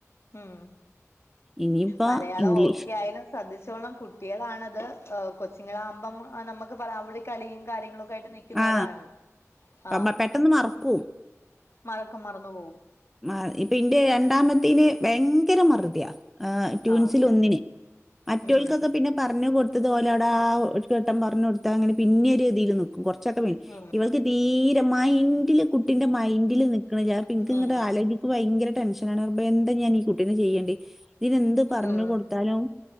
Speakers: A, on the left (about 55°); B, in the centre.
A: ഉം
B: ഇനിയിപ്പോ
A: മലയാളം
B: ഇംഗ്ലീഷ്
A: ഓക്കെ ആയാലും ശ്രദ്ധിച്ചോളം കുട്ടികളാണത് ഹ കൊച്ചിങ്ങാകുമ്പം നമുക്ക് പറ അവിടെ കളിയും കാര്യങ്ങളൊ രായിട്ട് നിക്കുന്നോരാണ്
B: ആ
A: ആ
B: പ പ- പെട്ടെന്ന് മറക്കും.
A: മറക്കം മറന്നു പോവും
B: ആ ഇപ്പൊ ഇന്റെ രണ്ടാമത്തന് ഭയങ്കര മറുവിയാ ആ് ട്യൂൻ
A: ആഹ് അത്
B: സിൽ
A: തന്നെ
B: ഒന്നിന് മറ്റോൾക്കൊക്കെ
A: ഉം
B: പിന്നെ പറഞ്ഞ കൊടുത്തത് ഓല വിടെ ആ ഒരു ഘട്ടം പറഞ്ഞ കൊടുത്ത അങ്ങനെ പിന്നെ ഒരു രീതിയിൽ നോക്കും കോർ ഉച്ചക്കെ
A: ഉം
B: ഇവൾക്ക് തീരെ മൈന്ഡില് കുട്ടിന്റെ മൈന്ഡില് നിക്കണില്ല അതാപ്പാ ഇത്ങ്ങ്ട്ട്
A: ഉം
B: ആലചക്ക്മ്പോ ഇൻക് ഭയര ടെൻഷനാണ്ണ് റബ്ബേ എന്താ ഞാൻഈ കുട്ടീനെ ചെയ്യണ്ടേ ഇതിനെന്ത് പറഞ്ഞു
A: ഉം
B: കൊടുത്താലും